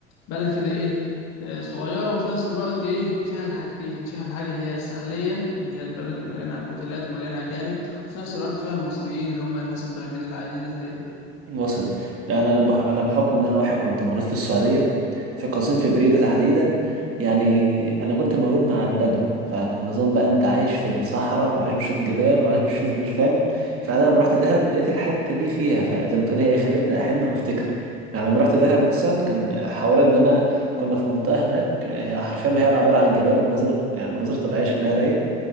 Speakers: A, on the left; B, on the right.
A: بلد كده ايه آه، صغيرة وفي نفس الوقت ايه فيها الحاجتين فيها الحاجة اللي هي الساحلية اللي هي البلد اللي مليانة اوتيلات ومليانة أجانب وفي نفس الوقت فيها المصريين اللي هم الناس الطيبين اللي قاعدين اللي زي إيه.
B: وصلت لان انا بح انا بحكم ان انا واحد كنت مولود في السعوديه في قصيم في بريده تحديدا يعني انا كنت مولود مع البدو فنظام بقى انت عايش في الصحراء وعايش بتشوف جبال وعايش بتشوف بر- فاهم فانا لما رحت دهب لقيت الحته دي فيها فزي ما تقول هي إيه، خلتني احن وافتكر يعني لما رحت دهب مثلا كان حوار ان انا كنا في منطقه هناك هي حرفيا ما هي عباره عن جبال ومناظر يعني مناظر طبيعيه شكلها رايق